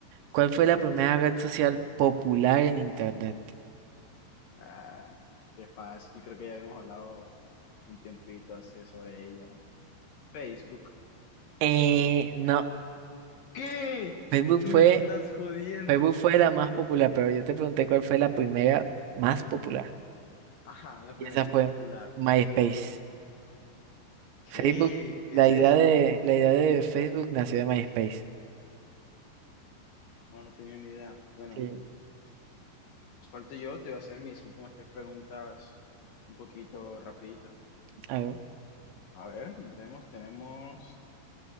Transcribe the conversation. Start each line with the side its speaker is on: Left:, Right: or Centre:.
Right: ¿Cuál fue
Left: Ok.
Right: la primera red social popular en internet?
Left: Ah, fue fácil. Creo que ya habíamos hablado un tiempito hace sobre ella. Facebook.
Right: Eh, no,
Left: ¿Qué?
Right: Facebook
Left: Tú
Right: fue,
Left: me estás jodiendo.
Right: Facebook fue la más popular, pero yo te pregunté cuál fue la primera más popular.
Left: Ajá, la
Right: Y
Left: primera
Right: esa
Left: más
Right: fue
Left: popular.
Right: MySpace.
Left: ¿Qué?
Right: Facebook,
Left: ¿Qué
Right: la
Left: es
Right: idea
Left: eso?
Right: de, la idea de Facebook nació de MySpace.
Left: No, no tenía ni idea. Bueno,
Right: Sí.
Left: falto yo, te voy a hacer mis últimas tres preguntas un poquito rapidito.
Right: algo.
Left: A ver, vemos, tenemos...